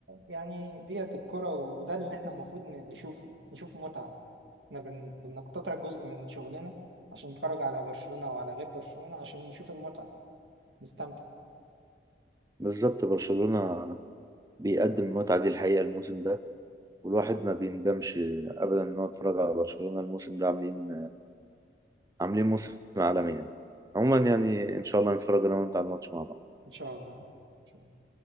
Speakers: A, on the right (about 80°); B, on the right (about 20°).
A: يعني ديت الكرة وده اللي إحنا المفروض ن- نشوفه نشوف متعة إحنا بن... بنقتطع جزء من شغلنا عشان نتفرج على برشلونة وعلى غير برشلونة عشان نشوف المتعة نستمتع
B: بالظبط برشلونة بيقدم المتعة دي الحقيقة الموسم ده والواحد ما بيندمش أبدا إن هو اتفرج على برشلونة الموسم ده عاملين عاملين موسم عالمي يعني عموما يعني إن شاء الله نتفرج أنا وأنت على الماتش مع بعض
A: ان شاء الله إن شاء الله.